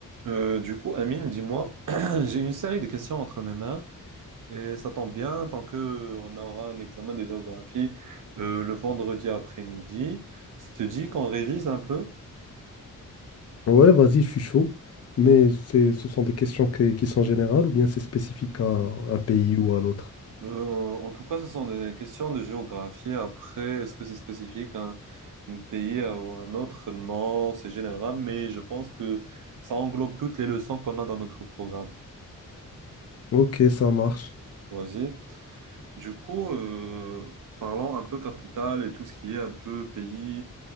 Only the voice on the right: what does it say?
Euh, du coup, Amine, dis-moi, <clears throat> j'ai une série de questions entre mes mains et ça tombe bien tant que euh, on aura un examen de géographie euh, le vendredi après-midi. Ça te dit qu'on révise un peu?
Euh,
en tout cas, ce sont des questions de géographie. Après, est-ce que c'est spécifique à un, un pays euh, ou à un autre? Non, c'est général, mais je pense que ça englobe toutes les leçons qu'on a dans notre programme.
Vas-y. Du coup, euh, parlons un peu capitale et tout ce qui est un peu pays